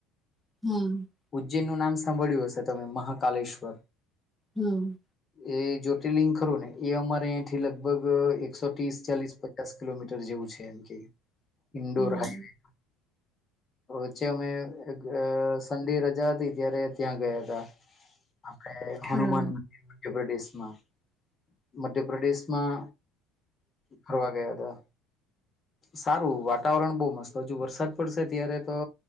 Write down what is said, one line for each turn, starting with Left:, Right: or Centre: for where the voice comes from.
Centre: હહ
Left: જેનું નામ સાંભળ્યું હશે તમે મહાકાલેશ્વર.
Centre: હમ
Left: એ જ્યોતિર્લિંંગ ખરું ને એ અમારે અહીંથી લગભગ એકસો ત્રીસ ચાલીસ પચાસ કિલોમીટર જેવું છે એમ કે ઇન્ડોર
Centre: હમ
Left: હાઈવે વચ્ચે અમે અ સન્ડે રજા હતી ત્યારે ત્યાં ગયાતા. આપડે હનુમાન
Centre: હા
Left: મંદિર મધ્યપ્રદેશમાં મધ્યપ્રદેશમાં ફરવા ગયાતા. સારું વાતાવરણ બહુ મસ્ત હજુ વરસાદ પડશે ત્યારે તો